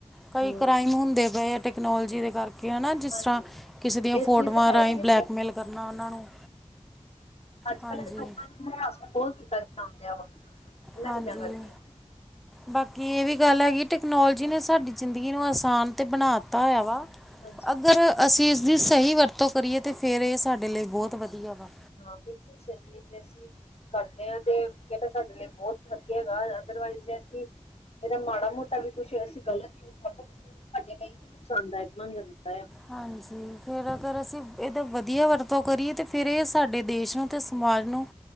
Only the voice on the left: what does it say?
ਹੂੰ
ਹਾਂਜੀ
ਇਸ
ਚੀਜ਼ ਦਾ ਫਾਇਦਾ
ਹੈ
ਅੱਜ-ਕੱਲ
ਦੇ ਲੋਕਾਂ ਨੂੰ ਰਿਆਸ ਬੋਤ ਕੀਤਾ ਜਾਨ ਡੇਂਆ ਵਾ। ਇਹਨਾਂ
ਚੀਜ਼ਾਂ ਕਰਕੇ
ਹਾਂਜੀ
ਹਾਂ, ਬਿਲਕੁਲ ਸਈ ਏ ਜੈ ਅਸੀ ਕਰਦੇ ਆਂ ਤੇ ਫੇਰ ਤਾਂ ਸਾਡੇ ਲਈ ਬੋਤ ਵਧੀਆ ਹੈਗਾ ਅਦਰਵਾਈਸ ਜੇ ਅਸੀ ਏਦਾ ਮਾੜਾ-ਮੋਟਾ ਵੀ ਕੁਛ ਅਸੀਂ ਗਲਤ ਯੂਜ ਕਰਦੇ ਫਿਰ ਉਹ ਸਾਡੇ ਲਈ ਨੁਕਸਾਨਦਾਇਕ ਬਨ ਜਾਂਦਾ ਆ।